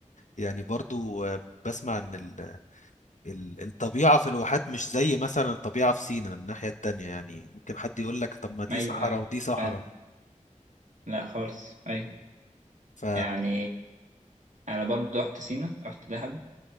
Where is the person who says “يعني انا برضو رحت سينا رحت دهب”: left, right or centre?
Right